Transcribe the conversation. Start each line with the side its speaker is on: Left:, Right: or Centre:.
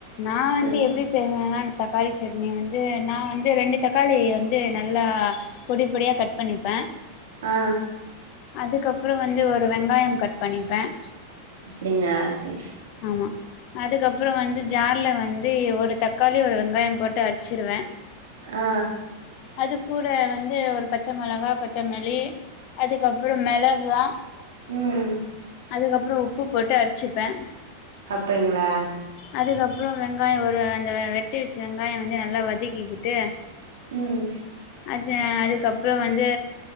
Left: நா வந்து
Right: ம்
Left: எப்டி செய்வேன்னா தக்காளி சட்னி வந்து நா வந்து ரெண்டு தக்காளி வந்து நல்லா பொடி பொடியா கட் பண்ணிப்பேன்
Right: ஆ
Left: அதுக்கப்றோம் வந்து ஒரு வெங்காயம் கட் பண்ணிப்பேன்
Right: ஏங்க ஆர் சி
Left: ம் அதுக்கப்றோ வந்து ஜார்ல வந்து ஒரு தக்காளி ஒரு வெங்காயம் போட்டு அடிச்சிருவேன்
Right: ஆ
Left: அதுக்கு கூட வந்து ஒரு பச்சை மிளகா கொத்தமல்லி அதுக்கப்றோ மிளகா
Right: ம்
Left: அதுக்கப்றோ உப்பு போட்டு அடு வச்சுப்பேன்
Right: அப்பங்களா
Left: அதுக்கப் அப்றோ வெங்காயம் ஒரு அந்த வெட்டி வச்சு வெங்காயம் வந்து நல்லா வதக்கிக்கிட்டு
Right: ம்
Left: அது அதுக்கப்றோ வந்து